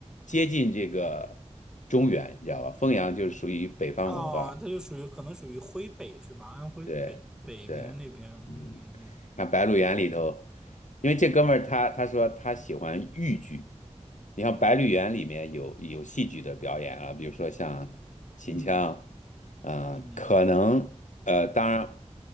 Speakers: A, on the left (about 85°); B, in the centre.
A: 接近这个中原，你知道吧？凤阳就是属于北方文化。
B: 啊，它就属于可能属于徽北是吧？安徽北北边那边，
A: 对对，
B: 嗯
A: 嗯，看《白鹿原》里头，因为这哥们儿他他说他喜欢豫剧，你像《白鹿原》里面有有戏剧的表演啊，比如说像秦腔，
B: 嗯
A: 嗯、
B: 嗯，
A: 可能呃，当然